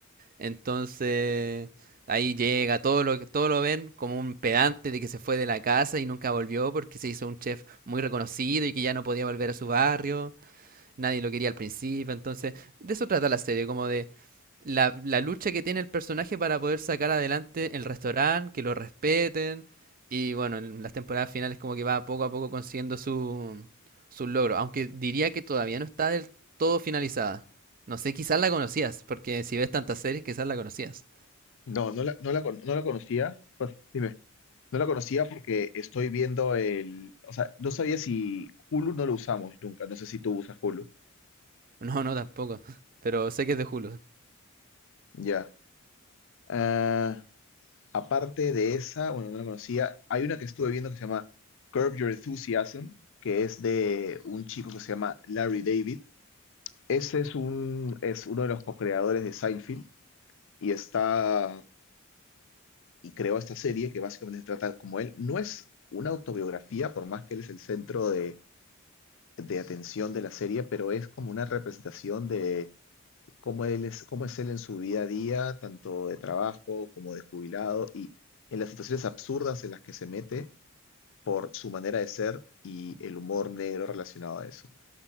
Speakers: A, on the right (about 40°); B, on the left (about 65°).
A: Entonces, ahí llega, todo lo, todo lo ven como un pedante de que se fue de la casa y nunca volvió porque se hizo un chef muy reconocido y que ya no podía volver a su barrio nadie lo quería al principio, entonces de eso trata la serie, como de la, la lucha que tiene el personaje para poder sacar adelante el restaurante, que lo respeten, y bueno, en las temporadas finales como que va poco a poco consiguiendo su, su logro, aunque diría que todavía no está del todo finalizada. No sé, quizás la conocías, porque si ves tantas series, quizás la conocías.
B: No, no la, no la, con- no la conocía. Pues, dime. No la conocía porque estoy viendo el, o sea, no sabía si Hulu no lo usamos nunca, no sé si tú usas Hulu.
A: No, no, tampoco, pero sé que es de Hulu.
B: Ya. Ah, aparte de esa, bueno, no la conocía, hay una que estuve viendo que se llama Curb Your Enthusiasm, que es de un chico que se llama Larry David. Ese es un, es uno de los co-creadores de Seinfeld y está y creó esta serie que básicamente se trata como él. No es una autobiografía, por más que él es el centro de, de atención de la serie, pero es como una representación de cómo él es, cómo es él en su día a día, tanto de trabajo como de jubilado, y en las situaciones absurdas en las que se mete por su manera de ser y el humor negro relacionado a eso.